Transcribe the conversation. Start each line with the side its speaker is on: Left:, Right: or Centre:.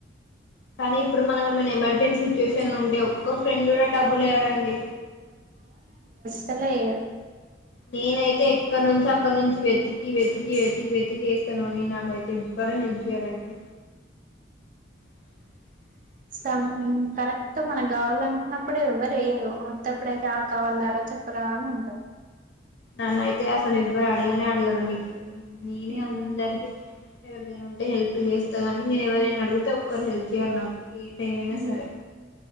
Left: కానీ ఇప్పుడు మనం ఏ ఏమైనా ఎమర్జెన్సీ సిచ్యువేషన్ ఉంటె ఒక్క ఫ్రెండ్ కూడ డబ్బులేయాడండి
Right: సల్లేయార్
Left: నేనైతే ఎక్కడ నుంచో అక్కడ నుంచి వెతికి వెతికి వెతికి వెతికి వేస్తానని నాకైతే ఎవ్వరు హెల్ప్ చేయరండి <inaudible>
Right: సం కరెక్ట్ మనం కావాలనుకున్నప్పుడే ఎవ్వరు ఎయ్యరు ఉత్తపుడూ అయితే ఆ కావాల్లరా చెప్పరా అని అంటం
Left: నన్నయితే అసలు ఎవ్వరూ అడిగనే అడిగరు నీకు ఇంక నేనే
Right: ఉంటాం
Left: అందరినీ ఎవరికైన ఉంటే హెల్ప్ చేస్తగాని నేను ఎవరైనడుగుతే ఒక్కరు హెల్ప్ చేయర్ నాకు ఏ టైం అయినా
Right: హు
Left: సరే